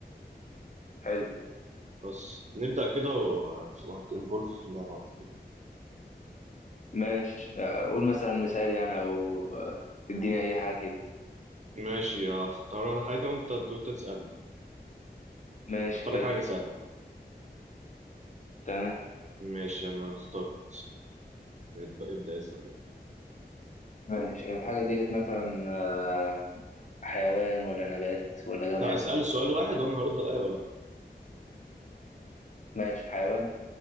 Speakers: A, on the left; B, on the right.
A: حلو
B: بس نبدا كده وهتنفولف في اللعبه على طول.
A: ماشي آه، قول مثلا مثال يعني او آه، اديني اي حاجه كده
B: ماشي اختار انا حاجه وانت وانت تسالني
A: ماشي
B: اختار
A: حلو
B: لك حاجه سهله
A: تمام
B: ماشي انا اخترت ابدا ابدا اسال بقى.
A: ماشي الحاجه ديت مثلا آه، حيوان ولا نبات ولا جماد
B: لا اسال السؤال واحد وانا هرد بايوه ولا
A: ماشي حيوان